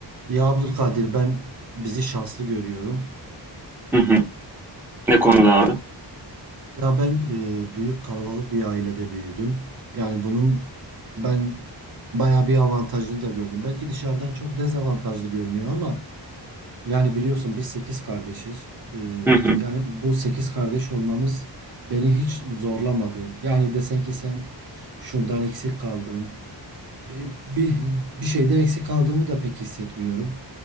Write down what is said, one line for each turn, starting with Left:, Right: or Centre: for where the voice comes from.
Right: Ya Abdülkadir ben bizi şanslı görüyorum.
Centre: Hı hı. Ne konuda abi?
Right: Ya ben e, büyük kalabalık bir ailede büyüdüm. Yani bunun ben bayağı bir avantajını da gördüm. Belki dışarıdan çok dezavantajlı görünüyor ama yani biliyorsun biz 8 kardeşiz. E,
Centre: Hı hı.
Right: yani bu 8 kardeş olmamız beni hiç zorlamadı. Yani desen ki sen şundan eksik kaldın. Bir, bir, bir şeyden eksik kaldığımı da pek hissetmiyorum.